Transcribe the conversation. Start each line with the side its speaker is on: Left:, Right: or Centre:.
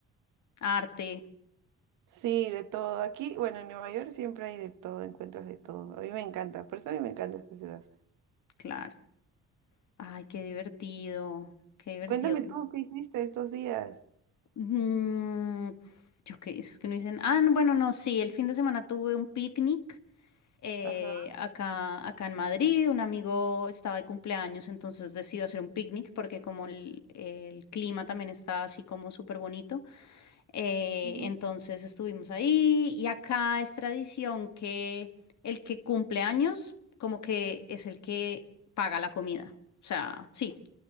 Left: arte.
Right: Sí, de todo. Aquí, bueno, en Nueva York siempre hay de todo, encuentras de todo. A mí me encanta, por eso a mí me encanta esta ciudad.
Left: Claro. Ay, qué divertido, qué divertido.
Right: Cuéntame tú qué hiciste estos días.
Left: Mm, yo qué es que no dicen. Ah, no, bueno, no, sí, el fin de semana tuve un picnic eh,
Right: Ajá.
Left: acá, acá en Madrid. Un amigo estaba de cumpleaños, entonces decidió hacer un picnic porque como el, el clima también está así como súper bonito. eh,
Right: ujú.
Left: entonces estuvimos ahí y acá es tradición que el que cumple años como que es el que paga la comida. O sea, sí.